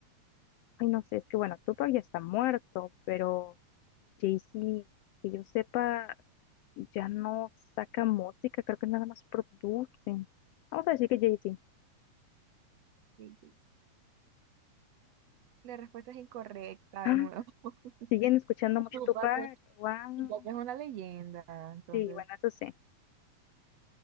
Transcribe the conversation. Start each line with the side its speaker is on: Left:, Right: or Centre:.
Left: ay, no sé, es que bueno, Tupac ya está muerto, pero Jay-Z, que yo sepa, ya no saca música, creo que nada más producen. Vamos a decir que Jay-Z. <gasps>
Right: Sí, sí. La respuesta es incorrecta
Left: Ah,
Right: de nuevo. <laughs>
Left: ¿Siguen escuchando mucho
Right: Tupac
Left: Tupac?
Right: es
Left: Wow.
Right: Tupac es una leyenda, entonces,
Left: Sí, bueno, eso sí.